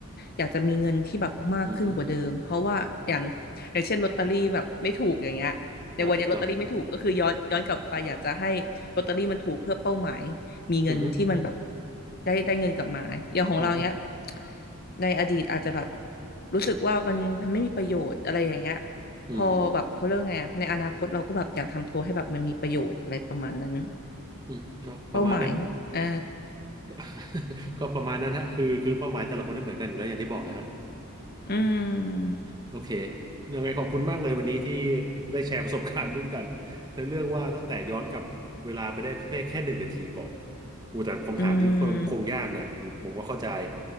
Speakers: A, on the left; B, on the right.
A: อยากจะมีเงินที่แบบมากขึ้นกว่าเดิมเพราะว่าอย่างอย่างเช่นลอตเตอรี่แบบไม่ถูกอย่างเงี้ยในวันเนี้ยลอตเตอรี่ไม่ถูกก็คือย้อนย้อนกลับไปอยากจะให้ลอตเตอรี่มันถูกเพื่อเป้าหมาย
B: อือฮึอ่าถูกต้อง
A: มีเงินที่มันแบบ
B: อือฮึ
A: ได้ได้เงินกลับมาอย่างของเราเนี้ย
B: อือฮึ
A: ในอดีตอาจจะแบบรู้สึกว่ามันมันไม่มีประโยชน์อะไรอย่างเงี้ย
B: อืม
A: พอแบบพอเรื่องไงอะในอนาคตเราก็แบบอยากทำตัวให้แบบมันมีประโยชน์อะไรประมาณนั้น
B: อืมก็ประมาณนั้น
A: เป้าหมายอ่า
B: ก็ <laughs> ก็ประมาณนั้นฮะคือคือเป้าหมายแต่ละคนไม่เหมือนกันอยู่แล้วอย่างที่บอกนะฮะ
A: อืม
B: โอเคยังไงขอบคุณมากเลยวันนี้ที่ได้แชร์ประสบการณ์ร่วมกันทั้งเรื่องว่าตั้งแต่ย้อนกลับเวลาไปได้เพียงแค่หนึ่งนาทีก่อนอูแต่คำถามนี้คงคงยากนะผมก็เข้าใจ
A: อืม